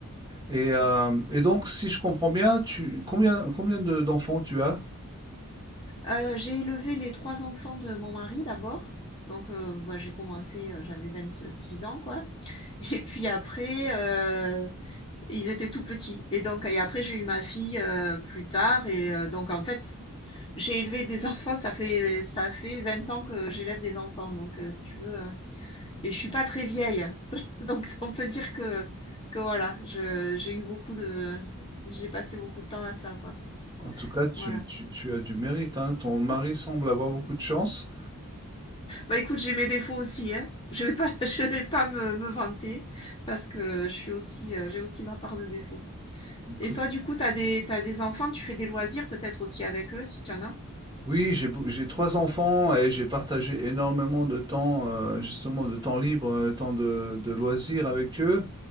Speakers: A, on the right; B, on the left.
A: Et, euh, et donc, si je comprends bien, tu, combien, combien de- d'enfants tu as?
B: Euh, j'ai élevé les trois enfants de mon mari d'abord. Donc, euh, bah, j'ai commencé, euh, j'avais six ans, quoi. <laughs> Et puis après, euh, Ils étaient tout petits. Et donc, et après, j'ai eu ma fille euh, plus tard. Et euh, donc, en fait, si- j'ai élevé des <laughs> enfants. Ça fait, ça fait 20 ans que j'élève des enfants. Donc, euh, si tu veux. euh, Et je suis pas très vieille. <laughs> Donc, on peut dire que, que voilà, je, j'ai eu beaucoup de. J'ai passé beaucoup de temps à ça, quoi.
A: En tout cas, tu,
B: Voilà.
A: tu- tu as du mérite, hein. Ton mari semble avoir beaucoup de chance.
B: Bah, écoute, j'ai mes défauts aussi, hein. Je vais pas, <laughs> je vais pas me, me vanter parce que je suis aussi, euh, j'ai aussi ma part de défauts.
A: Écoute,
B: Et toi, du coup, t'as des, t'as des enfants, tu fais des loisirs peut-être aussi avec eux, si tu en as?
A: oui, j'ai beau- j'ai trois enfants et j'ai partagé énormément de temps, euh, justement, de temps libre, euh, temps de, de loisirs avec eux.